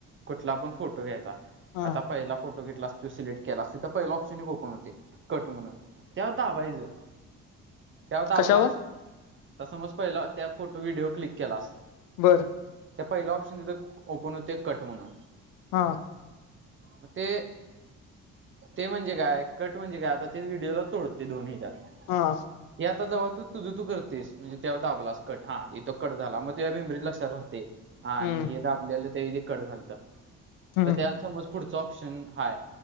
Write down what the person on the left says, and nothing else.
हा
कशावर
बरं.
हां.
हा.
हम्म
हम्म